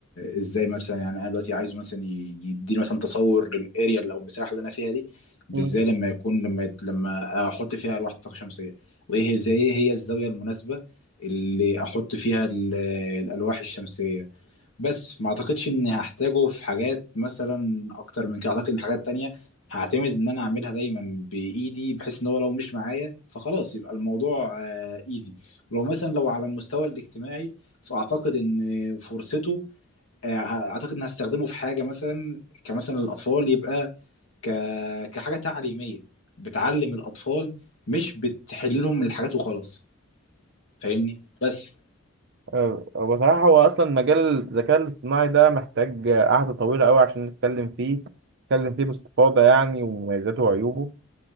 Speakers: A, on the left; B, on the right.
A: ازاي مثلا يعني انا دلوقتي عايز مثلا يديني مثلا تصور للاريا لو المساحه اللي انا فيها دي بالذات
B: شايف
A: لما يكون لما يت- لما احط فيها الواح طاقه شمسيه وايه هي زي ايه هي الزاويه المناسبه اللي احط فيها ال- الالواح الشمسيه بس ما اعتقدش اني هحتاجه في حاجات مثلا اكتر من كده اعتقد ان حاجات تانية هعتمد ان انا اعملها دايما بايدي بحيث ان هو لو مش معايا فخلاص يبقى الموضوع ايزي ولو مثلا لو على المستوى الاجتماعي فاعتقد ان فرصته آه، اعتقد ان هستخدمه في حاجة مثلا كمثلا الاطفال يبقى ك... كحاجة تعليمية بتعلم الاطفال مش بتحل لهم الحاجات وخلاص فاهمني بس
B: آه، بصراحة هو أصلا مجال الذكاء الاصطناعي ده محتاج قعدة طويلة أوي عشان نتكلم فيه نتكلم فيه باستفاضة يعني ومميزاته وعيوبه